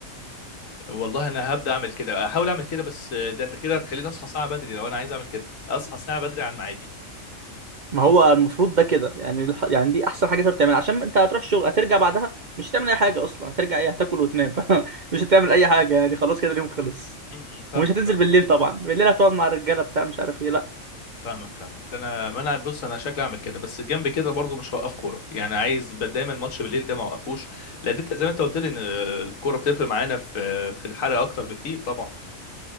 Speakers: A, on the left; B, on the right.
A: والله انا هبدا اعمل كده احاول اعمل كده بس ده انت كده هتخليني اصحى ساعه بدري لو انا عايز اعمل كده اصحى ساعه بدري عن ميعادي
B: ما هو المفروض ده كده يعني الح... يعني دي احسن حاجه تقدر تعملها عشان انت هتروح الشغل هترجع بعدها مش هتعمل اي حاجه اصلا هترجع ايه هتاكل وتنام <laughs> مش هتعمل اي حاجه يعني خلاص كده اليوم خلص
A: امم فاهمك
B: ومش هتنزل
A: فاهمك
B: بالليل طبعا بالليل هتقعد مع الرجاله بتاع مش عارف ايه لا
A: فاهمك فاهمك ده انا ما انا بص انا شكلي اعمل كده بس جنب كده برضو مش هوقف كوره يعني عايز ب- دايما الماتش بالليل ده ما اوقفوش لان انت زي ما انت قلت لي ان آه، الكوره بتفرق معانا في في الحرق اكتر بكتير طبعا